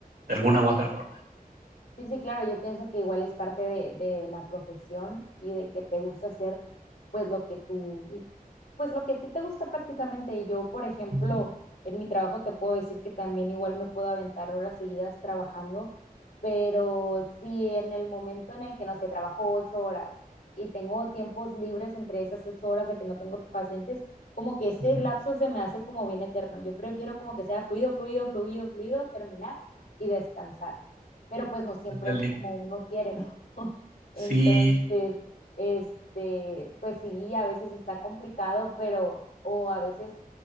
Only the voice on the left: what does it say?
Entonces,
Sí, sí, claro, yo pienso que igual es parte de, de la profesión y de que te gusta hacer pues lo que tú, pues lo que a ti te gusta prácticamente. Y yo, por ejemplo,
en mi trabajo te puedo decir que también igual me puedo aventar horas seguidas trabajando, pero si en el momento en el que, no sé, trabajo ocho horas y tengo tiempos libres entre esas ocho horas de que no tengo pacientes, como que ese
lapso se me hace como bien eterno. Yo prefiero como que sea fluido, fluido, fluido, fluido, terminar y descansar pero pues no siempre
es como uno quiere, ¿no? <laughs> Entonces,
este, pues sí, a veces está complicado, pero, o a veces